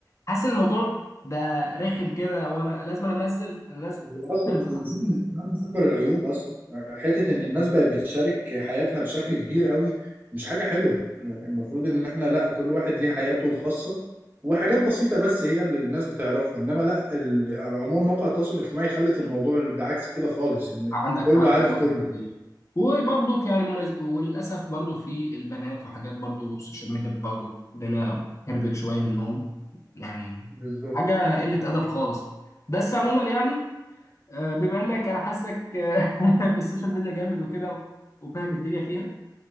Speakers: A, on the left; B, on the right.
A: حاسس الموضوع بقى رخم كده وانا لازم أنا انزل انا لازم
B: هو اصلا
A: فاهم
B: انا بشوف ان ده من اكبر العيوب اصلا يعني حته ان الناس بقت بتشارك حياتها بشكل كبير قوي مش حاجه حلوه يعني المفروض ان احنا لا كل واحد ليه حياته الخاصه وحاجات بسيطه بس هي اللي الناس بتعرفها انما لا ال- عموما مواقع التواصل الاجتماعي خلت الموضوع اللي بعكس كده خالص ان
A: عندك
B: كله
A: حق
B: عارف
A: والله
B: كله
A: في الحته دي وبرضك يعني مميز- وللاسف برضو في البنات وحاجات برضو السوشيال ميديا برضو الدنيا خربت شويه منهم يعني
B: بالظبط
A: حاجه قله ادب خالص بس عموما يعني آه، بما انك انا حاسك آه، <laughs> في السوشيال ميديا جامد وكده و- وفاهم الدنيا فيها